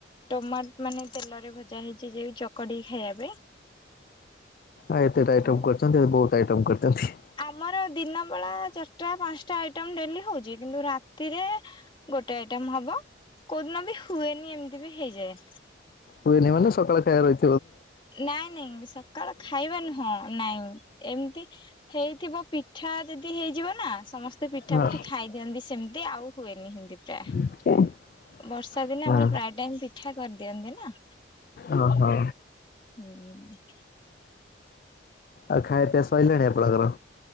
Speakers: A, on the left (about 25°); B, on the left (about 50°).
A: ଟମାଟ ମାନେ ତେଲରେ ଭଜା ହେଇଛି ଛି ଯୋଉ ଚକଟିକି ଖାଇବା ପାଇଁ
B: ହଁ ଏତେଟା ଆଇଟମ
A: ଆଉ
B: କରିଛନ୍ତି ଆଉ ବହୁତ ଆଇଟମ କରିଛନ୍ତି।
A: ଆମର ଦିନ ବେଳା ଚାରି ଟା ପାଞ୍ଚଟା ଆଇଟମ ଡେଲି ହଉଛି କିନ୍ତୁ ରାତିରେ ଗୋଟେ ଆଇଟମ ହବ କୋଉଦିନ ବି ହୁଏନି ଏମିତି ବି ହେଇଯାଏ।
B: ହୁଏନି ମାନେ ସକାଳେ ଖାଇବା ରହି
A: ନାଇଁ ନାଇଁ ସକାଳ ଖାଇବା ନୁହଁ ନାଇଁ ଏମିତି ହେଇଥିବ ପିଠା ଯଦି ହେଇଯିବ ନା ସମସ୍ତେ ପିଠା
B: ହଁ
A: ପିଠି ଖାଇ ଦିଅନ୍ତି ସେମିତି ଆଉ ହୁଏନି ଏମତି ପ୍ରାୟେ
B: <unintelligible>
A: ବର୍ଷା ଦିନେ
B: ହଁ
A: ଆମର ପ୍ରାୟେ ଟାଇମ ପିଠା କରିଦିଅନ୍ତି ନା
B: ଅ ହୋ।
A: ହଁ।
B: ଆଉ ଖାଇବା ପିଇବା ସଇଲାଣି ଆପଣଙ୍କର?